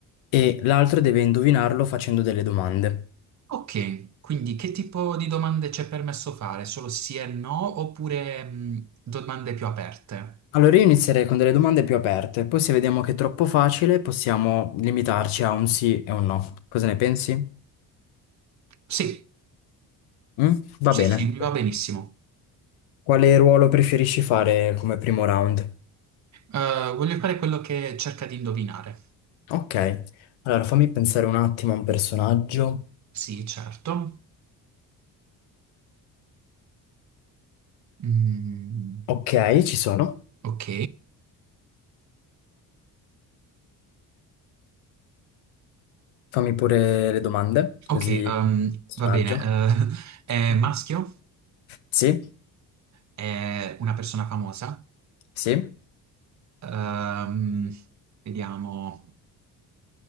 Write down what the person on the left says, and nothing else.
e l'altro deve indovinarlo facendo delle domande.
Allora io inizierei con delle domande più aperte, poi se vediamo che è troppo facile possiamo limitarci a un sì e un no. Cosa ne pensi?
Mm? Va
bene.
Quale ruolo preferisci fare come primo round?
Ok, allora fammi pensare un attimo a un personaggio.
Ok, ci sono.
Fammi pure le domande,
così...
Personaggio.
Mhm.
Sì,
sì,